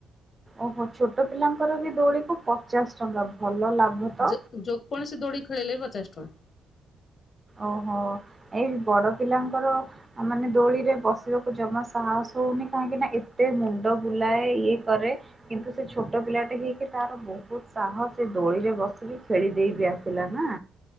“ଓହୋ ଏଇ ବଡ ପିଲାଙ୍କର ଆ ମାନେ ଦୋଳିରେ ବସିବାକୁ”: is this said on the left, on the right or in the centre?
Right